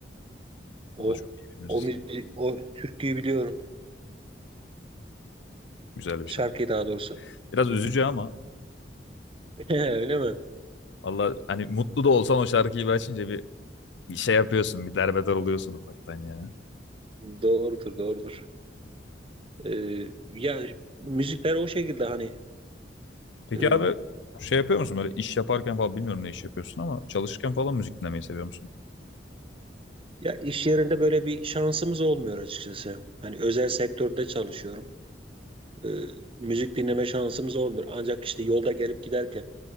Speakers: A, on the right; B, on the left.
A: O
B: o da çok iyi bir müzisyen.
A: o müzi- o türküyü biliyorum.
B: Güzel bir
A: Şarkıyı
B: şarkı.
A: daha doğrusu.
B: Biraz üzücü
A: Hı hı.
B: ama
A: <laughs> Öyle mi?
B: Allah hani mutlu da olsan o şarkıyı bir açınca bir, bir şey yapıyorsun. Bir derbeder oluyorsun ufaktan ya.
A: Doğrudur, doğrudur. Ee, ya müzikler o şekilde hani
B: Peki
A: e,
B: abi şey yapıyor musun böyle iş yaparken falan bilmiyorum ne iş yapıyorsun ama çalışırken falan müzik dinlemeyi seviyor musun?
A: ya iş yerinde böyle bir şansımız olmuyor açıkçası. Hani özel sektörde çalışıyorum. Ee, müzik dinleme şansımız olmuyor. Ancak işte yolda gelip giderken